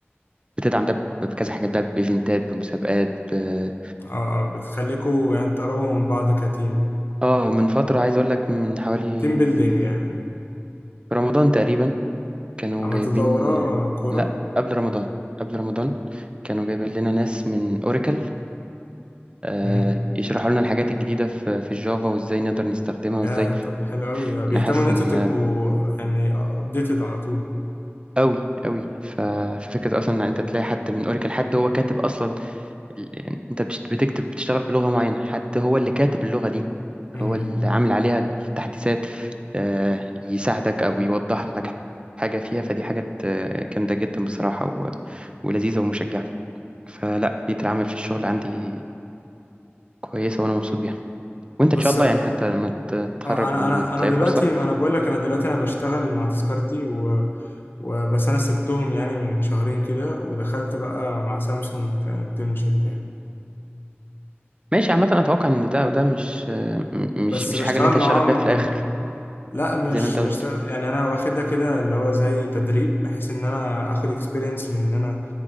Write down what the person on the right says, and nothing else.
بتدعم ده بكذا حاجات بقى بإيفنتات بمسابقات ب-
اه من فترة عايز اقول لك من حوالي
رمضان تقريبا كانوا
جايبين
لا قبل رمضان قبل رمضان كانوا جايبين لنا ناس من اوراكل آه
يشرحوا لنا الحاجات الجديدة في في الجافا وازاي نقدر نستخدمها وازاي
نحسن
آه،
قوي قوي ف- ففكرة اصلا ان انت تلاقي حد من اوراكل حد هو كاتب اصلا يعني انت بتشت- بتكتب بتشتغل بلغة معينة حد هو اللي كاتب اللغة دي
هو اللي عامل عليها التحديثات آه، يساعدك او يوضح لك حاجة فيها فدي حاجات آه، جامدة جدا بصراحة و- ولذيذة ومشجعة فلا بيئة العمل في الشغل عندي كويسة وانا مبسوط بيها وانت
ان شاء الله يعني حتى لما ت- تتخرج
وتلاقي
فرصة
ماشي عامة انا اتوقع ان ده وده مش آه، م-
مش مش
الحاجة اللي انت
هتشتغل بيها في الاخر
زي ما انت
قلت